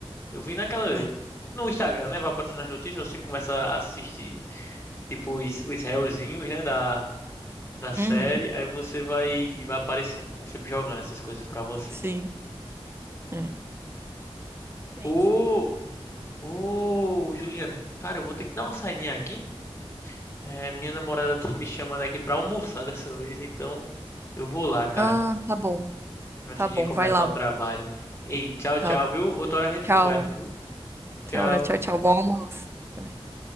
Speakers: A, on the left; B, on the right.
A: Eu vi naquela.
B: né?
A: No Instagram, né? Vai aparecer nas notícias, você começa a assistir, tipo, os, os réuzinhos, né? Da, da série,
B: Uhum,
A: aí você vai vai aparecendo, vai sempre jogando essas coisas pra você.
B: sim. é. Enfim.
A: Ô, ô, Juliana, cara, eu vou ter que dar uma saidinha aqui. É, minha namorada tá me chamando aqui pra almoçar dessa vez, então eu vou lá, cara,
B: Ah, tá bom.
A: antes
B: Tá bom,
A: de começar
B: vai lá.
A: o trabalho. Ei, tchau, tchau,
B: Tá.
A: viu? Outra hora a gente
B: Tchau.
A: conversa, viu? Tchau.
B: Tchau, tchau, tchau. Bom almoço. Até mais.